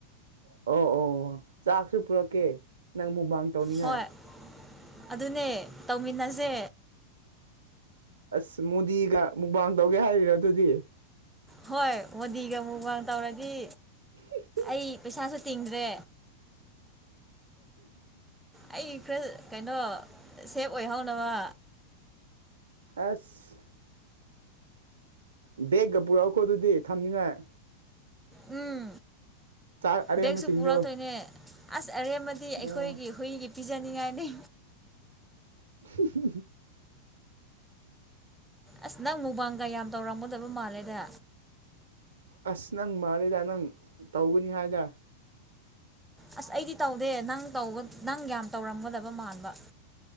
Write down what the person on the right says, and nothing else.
ꯑꯣ ꯑꯣ ꯑꯣ ꯆꯥꯛꯁꯨ ꯄꯨꯔꯛꯀꯦ ꯅꯪ ꯃꯨꯛꯕꯥꯡ ꯇꯧꯅꯤꯡꯉꯥꯏ
ꯑꯁ ꯃꯣꯗꯤꯒ ꯃꯨꯛꯕꯥꯥꯡ ꯇꯧꯒꯦ ꯍꯥꯏꯔꯤꯔꯣ ꯑꯗꯨꯗꯤ
<unintelligible>
ꯑꯁ ꯕꯦꯒꯀ ꯄꯨꯔꯛꯎꯀꯣ ꯑꯗꯨꯗꯤ ꯊꯝꯅꯤꯡꯉꯥꯏ
ꯆꯥꯛ ꯑꯔꯦꯝꯕꯁꯤꯡꯗꯣ
ꯑꯣ
<unintelligible>
ꯑꯁ ꯅꯪ ꯃꯥꯜꯂꯦꯗ ꯅꯪ ꯇꯧꯒꯅꯤ ꯍꯥꯏꯗ